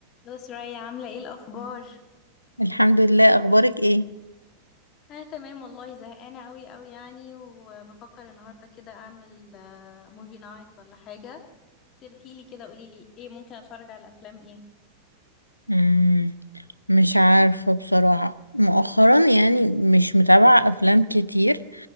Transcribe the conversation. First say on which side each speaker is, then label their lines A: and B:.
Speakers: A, on the left (about 35°); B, on the left (about 85°).
A: لو سرايا عاملة ايه الأخبار؟
B: الحمد لله اخبارك ايه
A: أنا تمام والله زهقانة أوي أوي يعني وبفكر النهاردة كده أعمل موفي نايت ولا حاجة اقترحيلي كده قوليلي ايه ممكن أتفرج على أفلام ايه؟
B: مم. مش عارفة بصراحة مؤخرا يعني مش متابعة افلام كتير